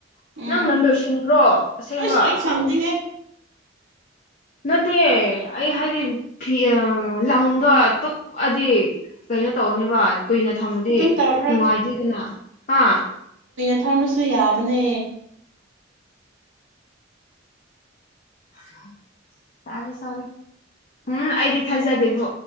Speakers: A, on the right; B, on the left.
A: ꯎꯝ
B: ꯅꯪꯅ ꯂꯣꯏꯁꯤꯟꯈ꯭ꯔꯣ ꯑꯁꯦꯡꯕ꯫
A: ꯑꯁ ꯑꯩ ꯁꯪꯗꯦꯍꯦ
B: ꯅꯠꯇꯦ ꯑꯩ ꯍꯥꯏꯗꯤꯐꯤ ꯑ ꯂꯪꯗꯣ ꯇꯨꯞꯑꯗꯤ ꯀꯩꯅꯣ ꯇꯧꯅꯤꯕ ꯀꯨꯏꯅ ꯊꯝꯕꯗꯤ
A: ꯑꯗꯨꯝ ꯇꯧꯔꯔꯣꯏ
B: ꯅꯨꯡꯉꯥꯏꯇꯦꯗꯅ ꯍꯥ꯫
A: ꯊꯝꯔꯁꯨ ꯌꯥꯕꯅꯦ꯫
B: <unintelligible> ꯁꯥꯔꯦ-ꯁꯥꯔꯦ ꯎꯝ ꯑꯩꯗꯤ ꯊꯥꯖꯗꯦꯕꯣ